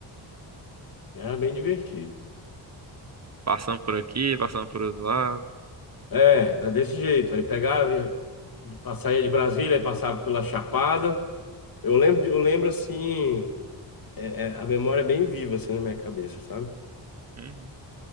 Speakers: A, on the left; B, on the right.
A: né? Era bem divertido.
B: Passando por aqui, passando por outro lado.
A: É, era desse jeito. Aí pegava, ia- saía de Brasília, aí passava pela Chapada. Eu lembro, de- eu lembro assim, é- é, a memória é bem viva assim na minha cabeça, sabe?
B: Uhum.